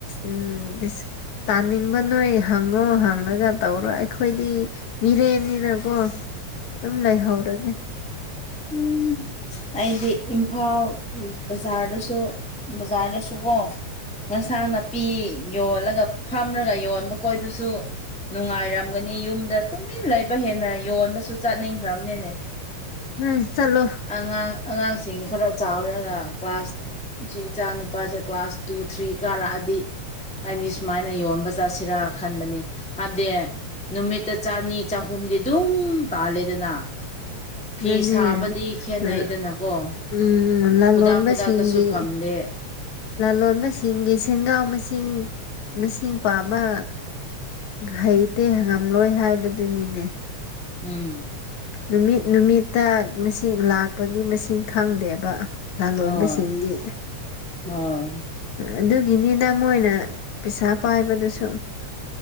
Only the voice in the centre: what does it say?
ꯎꯝ ꯑꯩꯗꯤ ꯏꯝꯐꯥꯜ ꯎ ꯕꯖꯥꯔꯗꯁꯨ ꯕꯖꯥꯔꯗꯁꯨꯀꯣ ꯉꯟꯁꯥꯡ ꯅꯥꯄꯤ ꯌꯣꯜꯂꯒ ꯐꯝꯔꯒ ꯌꯣꯟꯕ ꯈꯣꯏꯗꯨꯁꯨ ꯅꯨꯡꯉꯥꯏꯔꯝꯒꯅꯤ ꯌꯨꯝꯗ ꯇꯨꯃꯤꯟ ꯂꯩꯕ ꯍꯦꯟꯅ ꯌꯣꯟꯕꯁꯨ ꯆꯥꯅꯤꯡꯈ꯭ꯔꯕꯅꯤꯅꯦ
ꯑꯉꯥꯡ ꯑꯉꯥꯡꯁꯤꯡ ꯈꯔ ꯆꯥꯎꯔꯒ ꯀ꯭ꯂꯥꯁꯁꯤ ꯏꯆꯥ ꯅꯨꯨꯄꯥꯁꯦ ꯀ꯭ꯂꯥꯁ ꯇꯨ ꯊ꯭ꯔꯤ ꯀꯥꯔꯛꯑꯗꯤ ꯍꯥꯏꯅꯤ ꯁꯨꯃꯥꯏꯅ ꯌꯣꯟꯕ ꯆꯠꯁꯤꯔꯥ ꯈꯟꯕꯅꯤ ꯍꯥꯏꯕꯗꯤ ꯅꯨꯃꯤꯠꯇ ꯆꯅꯤ ꯆꯍꯨꯝꯗꯤ ꯑꯗꯨꯝ ꯇꯥꯜꯂꯦꯗꯅ ꯐꯤ
ꯁꯥꯕꯗꯤ ꯈꯦꯠꯅꯩꯗꯅꯀꯣ
ꯈꯨꯗꯥꯛ ꯈꯨꯗꯥꯛꯇꯁꯨ ꯐꯪꯗꯦ
ꯎꯝ
ꯍꯣꯏ
ꯍꯣꯏ